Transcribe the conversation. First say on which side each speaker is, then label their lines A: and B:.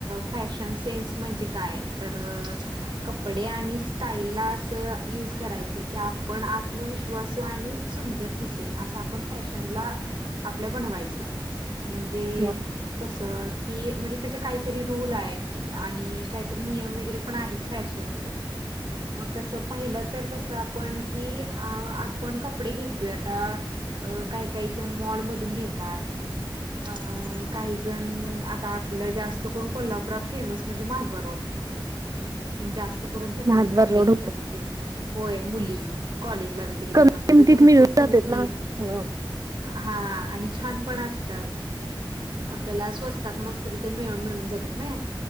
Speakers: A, on the right; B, on the right.
A: फॅशन सेन्स म्हणजे काय तर कपडे आणि स्टाईल ला यूज करायचं की आपण आत्मविश्वासु आणि सुंदर दिसेन असं आपण फॅशनला आपल्या बनवायच, म्हणजे
B: हा.
A: कस की म्हणजे त्याचे काही तरी रूल आहेत, आणि काहीतरी नियम वगैरे पण आहेत फॅशनचे मग कसं पहिलं तर कसं आपण की अ आपण कपडे घेतोय आता अ काही काही जण मॉलमधून घेतात अ काही जण आता आपलं जास्त करून कोल्हापुरात फेमस म्हणजे महादबा रोड जास्त तिथूनच
B: महाद्वार
A: कपडे
B: रोड
A: घेतात म्हणजे होय मुली कॉलेजला वगै जातात
B: कमी
A: तिथे
B: किमतीत
A: भरपूर
B: मिळून
A: कुर्तीज,
B: जातेत ना. हो
A: हा आणि छान पण असतात. आपल्याला स्वस्तात मस्त तिथे मिळ मिळून जातात नाही.